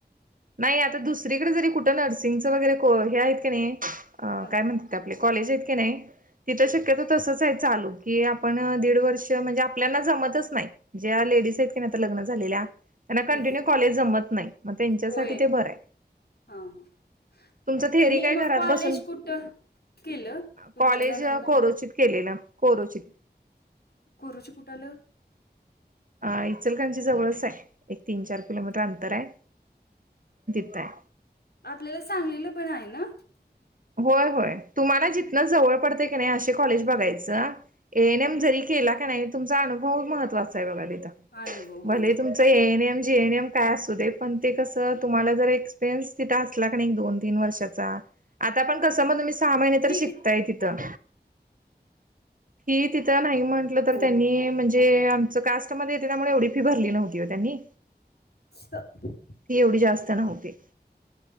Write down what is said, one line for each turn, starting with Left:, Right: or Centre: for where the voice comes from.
Right: नाही आता दुसरीकडे जरी कुठं नर्सिंगचं वगैरे को हे आहेत का नाही
Left: हां,
Right: काय म्हणतात ते आपले कॉलेज आहेत का नाही तिथं
Left: हं,
Right: शक्यतो तसच आहे चालू की आपण दीड वर्ष म्हणजे आपल्याला जमतच नाही. ज्या लेडीज आहेत की नाही आता लग्न झालेल्या त्यांना
Left: हं.
Right: कंटिन्यू कॉलेज जमत नाही. मग त्यांच्यासाठी
Left: होय.
Right: ते बर हाय,
Left: हां,
Right: तुमच
Left: हां.
Right: थेरी
Left: त्यांनी
Right: काय घरात
Left: मग कॉलेज
Right: बसून
Left: कुठं केलं? तुमच्या
Right: कॉलेज
Left: नणंदबाईंनी?
Right: कोरोचित केलेलं कोरोचित.
Left: कोरूची कुठं आल?
Right: अ इचलकांजी जवळच आहे एक तीन चार किलोमीटर अंतर आहे. तिथं हाय.
Left: आपल्याला सांगलीला पण आहे ना.
Right: होय होय. तुम्हाला जितन जवळ पडते क नाही असे कॉलेज बघायचं. एनएम
Left: हा
Right: जरी केला का नाही तुमचा अनुभव महत्त्वाचा आहे बघा तिथं.
Left: हा अनुभव
Right: भले
Left: हो
Right: तुमच A N M, G N M काय असू दे पण ते कसं तुम्हाला जर एक्सपिरियनस तिथं असला कनी एक दोन तीन वर्ष त्याचा. आता पण कसं मग तुम्ही सहा महिने
Left: ठीक
Right: तर शिकताय
Left: आहे
Right: तिथं हि तिथ त नाही म्हंटलं तर
Left: हो
Right: त्यांनी म्हणजे आमच कास्टमध्ये येते त्यामुळे एवढी फी भरली नव्हती ओ त्यांनी.
Left: <inaudible>
Right: फी एवढी जास्त नव्हती.